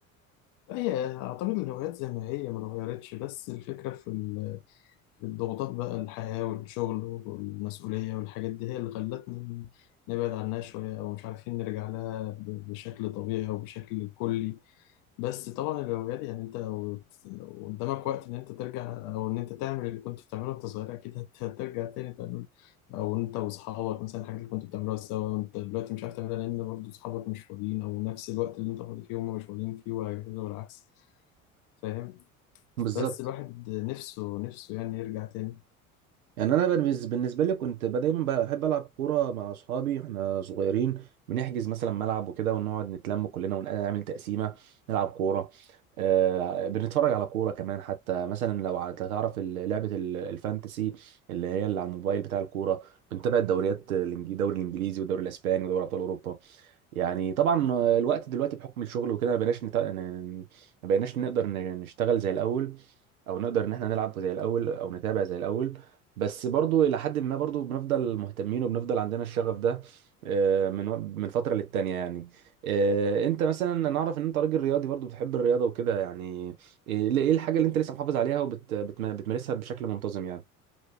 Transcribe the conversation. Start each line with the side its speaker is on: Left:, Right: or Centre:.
Left: هي أعتقد الهوايات زي ما هي ما اتغيرتش بس الفكرة في ال- في الضغوطات بقى الحياة والشغل والمسؤولية والحاجات دي هي اللي خلتنا نبعد عنها شوية أو مش عارفين نرجع لها ب- بشكل طبيعي أو بشكل كلي بس طبعا الهوايات يعني انت لو لو قدامك وقت ان انت ترجع او ان انت تعمل اللي كنت بتعمله وانت صغير اكيد هت- <laughs> هترجع تاني تعمل او انت واصحابك مثلا الحاجات اللي كنت بتعملوها سوا وانت دلوقتي مش عارف تعملها لان برضه اصحابك مش فاضيين او نفس الوقت اللي انت فاضي فيه هم مش فاضيين فيه وهكذا والعكس فاهم
Right: بالظبط
Left: بس الواحد نفسه نفسه يعني يرجع تاني
Right: يعني انا بالنس- بالنسبه لي كنت ب- دايما بحب العب كوره مع اصحابي احنا صغيرين بنحجز مثلا ملعب وكده ونقعد نتلم كلنا ونعمل تقسيمه نلعب كوره آه بنتفرج على كوره كمان حتى مثلا لو ع- تعرف ال- لعبه ال- الفانتسي اللي هي اللي على الموبايل بتاع الكوره بنتابع الدوريات الإنجلي- الدوري الانجليزي والدوري الاسباني ودوري ابطال اوروبا يعني طبعا الوقت دلوقتي بحكم الشغل وكده ما بقيناش نت... ن- ما بقيناش نقدر ن- نشتغل زي الاول او نقدر ان احنا نلعب زي الاول او نتابع زي الاول بس برضو الى حد ما برضو بنفضل مهتمين وبنفضل عندنا الشغف ده آه، من وق- من فتره للتانيه يعني آه، انت مثلا انا اعرف ان انت راجل رياضي برضو بتحب الرياضه وكده يعني ايه ليه- إيه الحاجه اللي انت لسه محافظ عليها وبتمارسها بشكل منتظم يعني